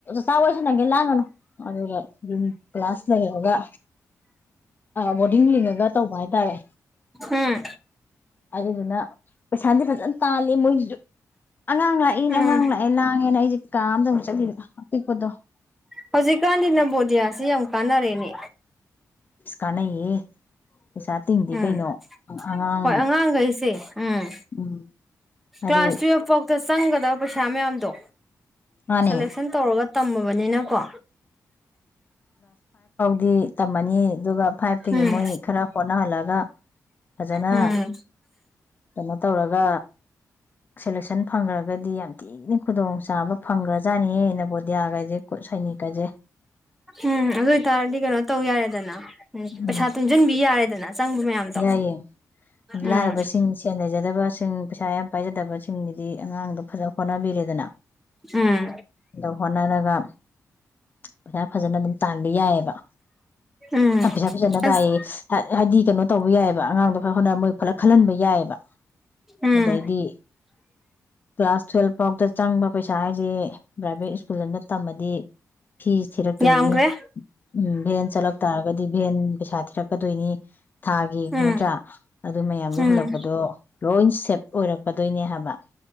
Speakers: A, on the left; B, in the centre.
A: ꯆꯥꯋꯥꯔꯤ ꯁꯥꯅꯒꯦ ꯂꯥꯡꯒꯅꯨ ꯑꯗꯨꯒ ꯗꯨꯝ ꯀ꯭ꯂꯥꯁ ꯂꯩꯔꯒ ꯕꯣꯔꯗꯤꯡ ꯂꯤꯡꯉꯒ ꯇꯧꯕ ꯍꯥꯏꯇꯥꯔꯦ
B: ꯎꯝ
A: ꯑꯗꯨꯗꯨꯅ ꯄꯩꯁꯥꯗꯤ ꯐꯖꯅ ꯇꯥꯜꯂꯦ ꯃꯣꯏꯁꯤꯁꯨ ꯑꯉꯥꯡ ꯂꯥꯛꯑꯦ
B: ꯎꯝ
A: ꯑꯉꯥꯡ ꯂꯥꯛꯑꯦ ꯂꯥꯡꯉꯦꯅ ꯑꯩꯁꯦ ꯀꯥꯑꯃꯗ ꯃꯨꯛ ꯆꯪꯁꯥꯜꯂꯤ꯫ ꯑꯄꯤꯛꯄꯗꯣ꯫
B: ꯍꯧꯖꯤꯛꯀꯥꯟꯗꯤ ꯅꯣꯕꯣꯗꯤꯌꯥꯁꯤ ꯌꯥꯝ ꯀꯥꯟꯅꯔꯦꯅꯦ꯫
A: ꯀꯥꯟꯅꯩꯌꯦ ꯄꯩꯁꯥ ꯇꯤꯡꯗꯤ
B: ꯎꯝ
A: ꯀꯩꯅꯣ ꯑꯉꯥꯡ
B: ꯍꯣꯏ ꯑꯉꯥꯡꯈꯩꯁꯦ ꯎꯝ
A: ꯎꯝ ꯍꯥꯏꯗꯤ
B: ꯀ꯭ꯂꯥꯁ ꯇꯨꯋꯦꯜꯐ ꯐꯥꯎꯗ ꯆꯪꯒꯗꯕ ꯄꯩꯁꯥ ꯃꯌꯥꯝ ꯗꯣ
A: ꯃꯥꯅꯦ
B: ꯁꯦꯂꯦꯛꯁꯟ ꯇꯧꯔꯒ ꯇꯝꯃꯕꯅꯤꯅꯀꯣ
A: ꯗꯤ ꯇꯝꯃꯅꯤ ꯑꯗꯨꯒ ꯐꯥꯏꯚꯇꯒꯤ
B: ꯎꯝ
A: ꯃꯣꯏ ꯈꯔ ꯍꯣꯠꯅꯍꯜꯂꯒ ꯐꯖꯅ
B: ꯎꯝ
A: ꯀꯩꯅꯣ ꯇꯧꯔꯒ ꯁꯦꯂꯦꯛꯁꯟ ꯐꯪꯈ꯭ꯔꯒꯗꯤ ꯌꯥꯝ ꯊꯤꯅ ꯈꯨꯗꯣꯡꯆꯥꯥꯕ ꯐꯪꯒ꯭ꯔꯖꯥꯅꯤꯍꯦ ꯅꯣꯕꯣꯗꯤꯌꯥꯒꯁꯦ ꯁꯥꯏꯅꯤꯛ ꯀꯖꯦ
B: ꯎꯝ ꯑꯗꯨ ꯑꯣꯏꯇꯥꯔꯗꯤ ꯀꯩꯅꯣ ꯇꯧ ꯌꯥꯔꯦꯗꯅ ꯎ
A: ꯎꯝ
B: ꯄꯩꯁꯥ ꯇꯨꯡꯁꯤꯟꯕꯤ ꯌꯥꯔꯦꯗꯅ ꯆꯪꯕ ꯃꯌꯥꯝꯗꯣ
A: ꯌꯥꯏꯌꯦ ꯂꯥꯏꯔꯕꯁꯤꯡ
B: ꯎꯝ
A: ꯁꯦꯟꯂꯩꯖꯗꯕꯁꯤꯡ ꯄꯩꯁꯥ ꯌꯥꯝ ꯄꯥꯏꯖꯗꯕꯁꯤꯡꯒꯤꯗꯤ ꯑꯉꯥꯡꯗꯣ ꯐꯖꯅ ꯍꯣꯠꯅꯕꯤꯔꯦꯗꯅ
B: ꯎꯝ
A: ꯑꯗ ꯍꯣꯠꯅꯔꯒ ꯄꯩꯁꯥ ꯐꯖꯅ ꯑꯗꯨꯝ ꯇꯥꯟꯕ ꯌꯥꯏꯑꯕ
B: ꯎꯝ
A: ꯄꯩꯁꯥ ꯐꯖꯅ
B: ꯑꯁ
A: ꯇꯥꯏꯌꯦ ꯍꯥꯏꯗꯤ ꯀꯩꯅꯣ ꯇꯧꯕ ꯌꯥꯏꯑꯕ ꯑꯉꯥꯡꯗꯣ ꯐꯅꯥ ꯍꯣꯠꯅꯔ ꯃꯣꯏ ꯐꯂ ꯈꯜꯍꯟꯕ ꯌꯥꯏꯑꯕ
B: ꯎꯝ
A: ꯑꯗꯩꯗꯤ ꯀ꯭ꯂꯥꯁ ꯇꯨꯋꯦꯜꯕ ꯐꯥꯎꯗ ꯆꯪꯕ ꯄꯩꯁꯥ ꯍꯥꯏꯁꯦ ꯄ꯭ꯔꯥꯏꯚꯦꯠ ꯁ꯭ꯀꯨꯜ ꯑꯃꯗ ꯇꯝꯃꯗꯤ ꯐ ꯊꯤꯔꯛꯇꯣꯏꯅꯤ
B: ꯌꯥꯝꯈ꯭ꯔꯦ
A: ꯎꯝ ꯚꯦꯟ ꯆꯠꯂꯛ ꯇꯥꯔꯒꯗꯤ ꯚꯦꯟ ꯄꯩꯁꯥ ꯊꯤꯔꯛꯀꯗꯣꯏꯅꯤ ꯊꯥꯒꯤ
B: ꯎꯝ
A: ꯅꯠꯇꯔꯥ ꯑꯗꯨ ꯃꯌꯝꯗꯣ
B: ꯎꯝ
A: ꯍꯨꯜꯂꯛꯄꯗꯣ ꯂꯣꯏ ꯁꯦꯕ ꯑꯣꯏꯔꯛꯀꯗꯣꯏꯅꯤ ꯅꯤ ꯍꯥꯏꯕ